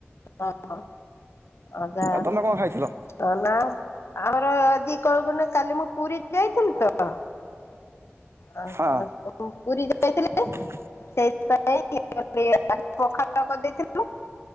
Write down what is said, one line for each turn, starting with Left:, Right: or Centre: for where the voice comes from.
Left: ହଁ ଅଦ ଆ
Right: ଆଉ ତମେ କଣ ଖାଇଥିଲ?
Left: କହୁନ ଆମର ଆଜି କହିବୁନି କାଲି ମୁଁ ପୁରୀ ଯାଇଥିଲୁ ତ। ଆ
Right: ହଁ
Left: ପୁରୀ ଯାଇଥିଲି
Right: <inaudible>
Left: ସେଇଥିପାଇଁ ପଖାଳ କରିଦେଇଥିଲୁ।